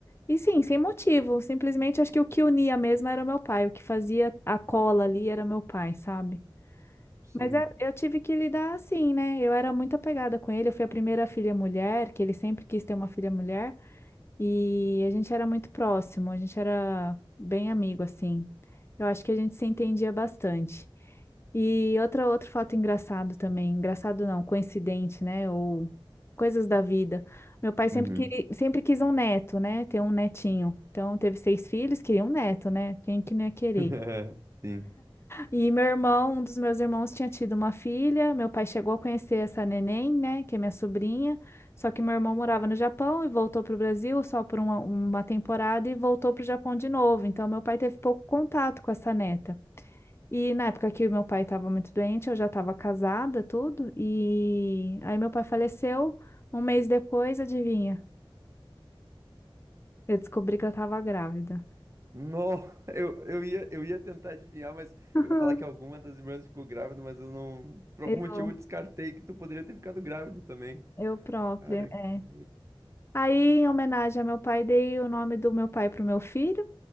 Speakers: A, on the left; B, on the right.
A: E sim, sem motivo. Simplesmente acho que o que unia mesmo era meu pai. O que fazia a cola ali era meu pai, sabe?
B: Sim.
A: Mas é- eu tive que lidar assim, né? Eu era muito apegada com ele. Eu fui a primeira filha mulher, que ele sempre quis ter uma filha mulher. E a gente era muito próximo, a gente era bem amigo, assim. Eu acho que a gente se entendia bastante. E outra, outro fato engraçado também. Engraçado não, coincidente, né? Ou coisas da vida. Meu pai sempre,
B: Uhum.
A: queria, sempre quis um neto, né? Ter um netinho. Então teve seis filhos, queria um neto, né? Quem que não ia querer?
B: <laughs> Sim.
A: E meu irmão, um dos meus irmãos tinha tido uma filha. Meu pai chegou a conhecer essa neném, né, que é minha sobrinha. Só que meu irmão morava no Japão e voltou para o Brasil só por uma, uma temporada e voltou para o Japão de novo. Então meu pai teve pouco contato com essa neta. E na época que o meu pai estava muito doente, eu já estava casada, tudo. E aí meu pai faleceu. Um mês depois, adivinha? Eu descobri que eu estava grávida.
B: Não, eu, eu ia, eu ia tentar adivinhar, mas
A: <laughs>
B: eu ia falar que alguma das irmãs ficou grávida, mas eu não. Por
A: Eu,
B: algum motivo eu descartei que tu poderia ter ficado grávida também.
A: eu própria.
B: Cara, que.
A: É. Aí, em homenagem ao meu pai, dei o nome do meu pai para o meu filho